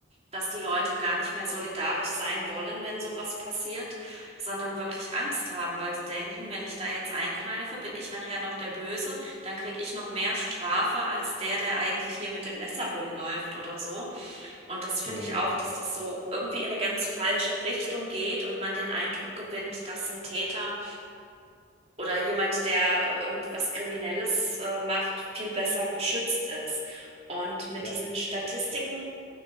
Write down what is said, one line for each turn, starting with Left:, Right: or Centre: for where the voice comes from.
Right: dass die Leute gar nicht mehr solidarisch sein wollen, wenn sowas passiert, sondern wirklich Angst haben, weil sie denken, wenn ich da jetzt eingreife, bin ich nachher noch der Böse, dann kriege ich noch mehr Strafe als der, der eigentlich hier mit dem Messer rumläuft oder so. Und das finde
Left: genau,
Right: ich
Left: ja.
Right: auch, dass das so irgendwie in eine ganz falsche Richtung geht und man den Eindruck gewinnt, dass ein Täter oder jemand, der äh, irgendwas Kriminelles äh, macht, viel besser geschützt ist. Und mit
Left: Ja.
Right: diesen Statistiken,